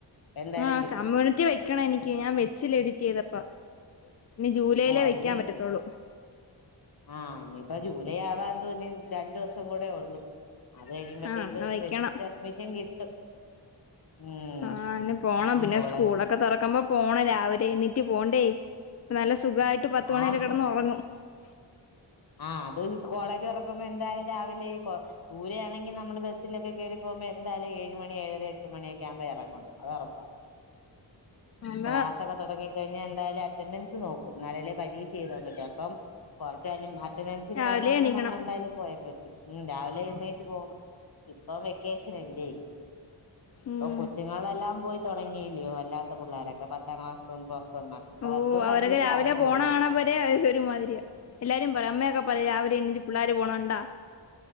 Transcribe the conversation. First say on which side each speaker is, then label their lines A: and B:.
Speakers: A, on the left; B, on the left.
A: എന്തായാലും
B: ആഹ്
A: കിട്ടും
B: കമ്മ്യൂണിറ്റി വെക്കണം എനിക്ക് ഞാൻ വെച്ചില്ല എഡിറ്റ് ചെയ്തപ്പം ഇനി ജൂലൈയിലേ
A: ഓ അതിന്
B: വെക്കാൻ പറ്റതൊള്ളൂ
A: ആഹ് ഇനിയിപ്പോ ജൂലൈ ആവാൻ എന്തോ രണ്ടുസം കൂടെ ഒള്ളൂ അത് കഴിയുമ്പോത്തേക്ക്
B: ആഹ് എന്നാ വെക്കണം
A: വെച്ചിട്ട് അഡ്മിഷൻ കിട്ടും ഉം
B: ആഹ് ന് പോണം
A: ആ
B: പിന്നെ
A: കോളേജ്
B: സ്കൂളൊക്കെ തൊറക്കുമ്പോ പോണം രാവിലെ എണ്ണി റ്റ് പോണ്ടേ ഇപ്പം നല്ല സുഖയിട്ട് പത്ത്മണിവരെ
A: ആ
B: കെടന്ന് ഒറങ്ങും റ്റ്
A: ആഹ് അത് കോളേജ് തുറക്കുമ്പോ എന്തായാലും രാവിലെ കൊ ദൂരെയാണെങ്കി നമ്മള് ബസിലൊക്കെ കേറി പോകുമ്പോ എന്തായാലും ഏഴ്‌ മണി ഏഴര എട്ട്മണിയക്കെ ആവ്മ്പ എറങ്ങണം അത് ഒറപ്പാ
B: അതാ
A: ക്ലാസൊക്കെ തൊടങ്ങി കഴിഞ്ഞൽ എന്തായാലും അ അറ്റൻഡൻസ് നോക്കും ന്നാലല്ലേ പരീഷ എഴുതാൻ പറ്റു അപ്പം കൊറച്ച് കഴിഞ്ഞ് മ അറ്റൻഡൻസിന്
B: രാവിലെ
A: വേണോങ്കിൽ
B: എണീക്കണം
A: നമ്മളെന്തായാലും പോയെ പ റ്റു. ഉം രാവിലെ എഴുന്നേറ്റ് പോണം ഇപ്പൊ വെക്കേഷൻ അല്ലേ ഇപ്പൊ
B: ഉം
A: കൊച്ചുങ്ങളെല്ലാം പോയി തുടങ്ങിയില്ല്യോ അല്ലാത്ത പിള്ളാരൊക്കെ പത്താം ക്ലാസ്സും പ്ലസ് വൺ വണ്ണും പ്ലസ്
B: ഓഹ് അവരൊക്കെ
A: അഡ്മിഷൻ
B: രാവിലെ
A: ആവുന്നേ
B: പോണ
A: ഉള്ളൂ
B: കാണ്മ്പരെ ഒരുമാതിരിയാ എല്ലാരും പറയും അമ്മയൊക്കെ പറയും രാവിലെ എണ്ണിച്ചു പിള്ളര് പോണ കണ്ടാ